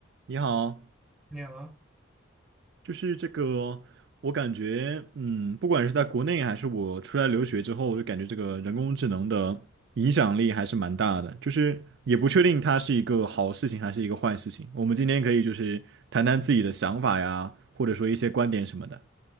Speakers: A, on the right (about 55°); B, in the centre.
A: 你好，
B: 你好啊
A: 就是这个，我感觉，嗯，不管是在国内还是我出来留学之后，我就感觉这个人工智能的影响力还是蛮大的，就是也不确定它是一个好事情还是一个坏事情。我们今天可以就是谈谈自己的想法呀，或者说一些观点什么的。